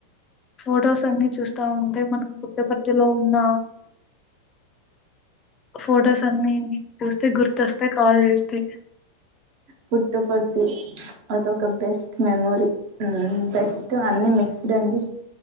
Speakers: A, on the left (about 25°); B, on the right (about 45°).
A: ఫొటోస్ అన్ని చూస్తా ఉంటే మనం పుట్టపర్తిలో ఉన్న ఫొటోస్ అన్ని చూస్తే గుర్తొస్తే కాల్ చేస్తే
B: పుట్టపర్తి అదొ ఒక బెస్ట్ మెమొరీ బెస్ట్ అన్ని మిక్స్ అండి